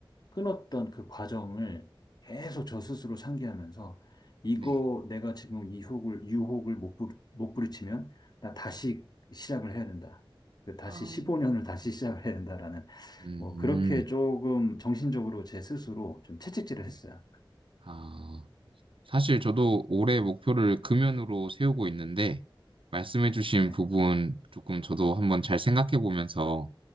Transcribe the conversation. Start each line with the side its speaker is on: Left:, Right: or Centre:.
Left: 끊었던 그 과정을 계속 저 스스로 상기하면서 이거
Right: 네,
Left: 내가 지금 이 혹을, 유혹을 못, 부, 못 부딪히면 나 다시
Right: 네.
Left: 시작을 해야 된다. 그 다시
Right: 아,
Left: 15년을 다시 시작을 해야 된다라는
Right: 음,
Left: 뭐 그렇게 조금 정신적으로 제 스스로 좀 채찍질을
Right: 네.
Left: 했어요.
Right: 아, 사실 저도 올해 목표를 금연으로 세우고 있는데, 말씀해주신
Left: 네.
Right: 부분 조금 저도 한번 잘 생각해 보면서